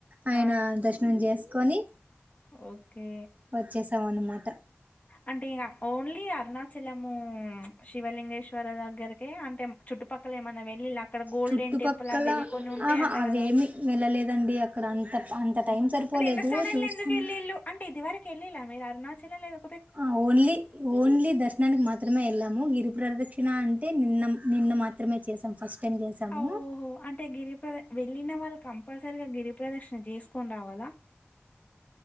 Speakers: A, on the right; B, on the left.
A: ఆయన
B: ఆ
A: దర్శనం చేస్ కొని
B: ఓకే
A: వచ్చేసాం అన్నమాట
B: అంటే ఇగ ఓన్లీ అరుణాచలము శివలిం మునేశ్వరా దగ్గరక అంటే చుట్టుపక్కల ఏమన్నా వెళ్ళిళ అక్కడ గోల్డెన్
A: చుట్టుపక్కల
B: టెంపుల్ అవి ఇవి కొన్ని ఉంటాయి
A: ఆహా
B: అంట
A: అవేమి
B: కదా
A: వెళ్ళలేదండి అక్కడ అంత అంత
B: ఓహో
A: టైం సరిపోలేదు
B: అంటే ఇంత సడన్
A: చూసుకుని
B: గా ఎందుకు ఏలిళ్ళు అంటే ఇది వరకు ఏలిల్లా మీరు అరుణాచ ఎల్లలేదా
A: ఆ ఓన్లీ ఓన్లీ దర్శననికి మాత్రమే ఎలాము గిరి ప్రదక్షిణ అంటే నిన్న నిన్న మాత్రమే చేసాం ఫస్ట్ టైం చేసాము
B: ఓహో అంటే గిరిప్ర వెళ్ళిన వాళ్ళు కంపల్స <unintelligible> గిరిప్రదశ్ చేసుకుని రావాలా